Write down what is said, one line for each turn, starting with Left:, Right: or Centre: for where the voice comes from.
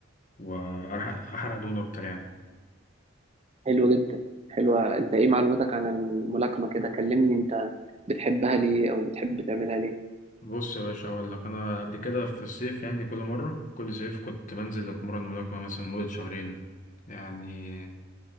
Left: واحرق أحرق دهون اكتر يعني
Right: حلو جدا حلوة انت ايه معلوماتك عن الملاكمة كده كلمني انت بتحبها ليه او بتحب تعملها ليه
Left: بص يا باشا هقول لك انا قبل كده في الصيف يعني كل مرة كل صيف كنت بنزل اتمرن ملاكمة مثلا مدة شهرين يعني